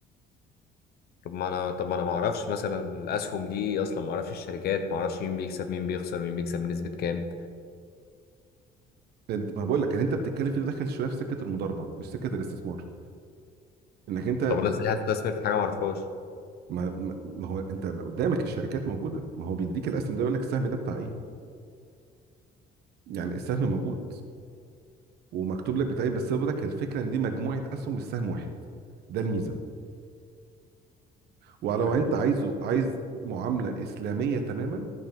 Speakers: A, on the left; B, on the right.
A: طب ما انا طب ما انا ما اعرفش مثلا الاسهم دي اصلا ما اعرفش الشركات ما اعرفش مين بيكسب مين بيخسر مين بيكسب بنسبة كام
B: انت ما بقول لك ان انت بتتكلم في ده داخل شويه في سكه المضاربه مش سكه الاستثمار انك انت
A: طب انا ازاي هستثمر في حاجة ما اعرفهاش
B: ما, ما ما هو انت قدامك الشركات موجوده ما هو بيديك الاسهم ده يقول لك السهم ده بتاع ايه يعني السهم موجود ومكتوب لك بتاع ايه بس برضك الفكره ان دي مجموعه اسهم مش سهم واحد ده الميزه ولو
A: فاهم
B: انت عايزه عايز معامله اسلاميه تماما